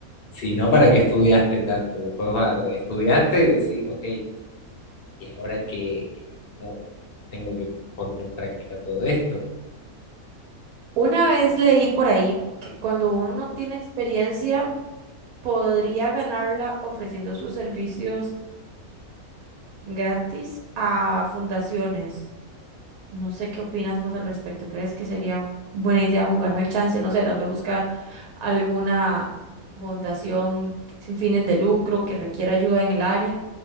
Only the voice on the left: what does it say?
Si no, ¿para qué estudiaste tanto? Después va- estudiaste y decís, ok. Y ahora que, que como tengo que poner en práctica todo esto.